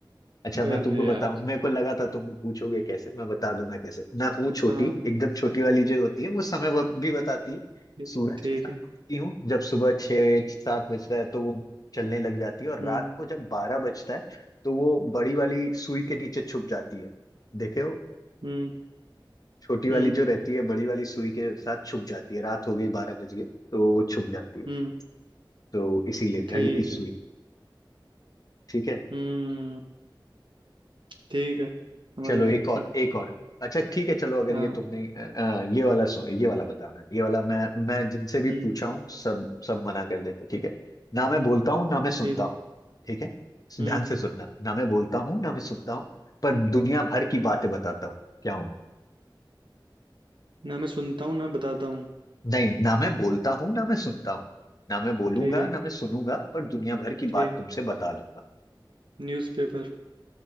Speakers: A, on the left; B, on the right.
A: अच्छा
B: अरे
A: मैं तुमको बताऊं
B: यार
A: मेरे को लगा था तुम पूछोगे कैसे मैं बता दूंगा कैसे मैं हूँ छोटी
B: हाँ
A: एकदम छोटी वाली जो होती है वो समय वो भी बताती है
B: ठीक
A: सूरज
B: ठीक
A: के साथ
B: है
A: उठती हूँ जब सुबह छह सात बजता है तो वो चलने लग जाती है और
B: हम्म
A: रात को जब बारह बजता है तो वो बड़ी वाली सुई के नीचे छुप जाती है देखे हो
B: हम्म
A: छोटी वाली
B: हम्म
A: जो रहती है बड़ी वाली सुई के साथ छुप जाती है रात हो गई बारह बज गए तो वो छुप जाती है
B: हम्म
A: तो इसीलिए घड़ी
B: ठीक
A: की सुई
B: है
A: ठीक है
B: हम्म ठीक है समझ
A: चलो
B: गया
A: एक
B: हम्म,
A: और एक और अच्छा ठीक है चलो अगर
B: हाँ
A: ये तुमने अ, अ, ये वाला सुन ये वाला बताना ये वाला मैं मैं जिनसे भी
B: हम्म
A: पूछा हूँ सब सब मना कर देते ठीक है ना मैं बोलता हूँ ना मैं सुनता
B: ठीक है
A: हूँ ठीक है
B: हम्म
A: ध्यान से सुनना ना मैं बोलता हूँ ना मैं सुनता हूँ पर दुनिया भर की बातें बताता हूँ क्या हूँ मैं
B: ना मैं सुनता हूँ ना बताता हूँ
A: नहीं ना मैं बोलता हूँ ना मैं सुनता हूँ ना मैं बोलूंगा
B: ठीक है
A: ना मैं सुनूंगा पर दुनिया भर की
B: ठीक
A: बात तुमसे बता दूंगा
B: न्यूज़पेपर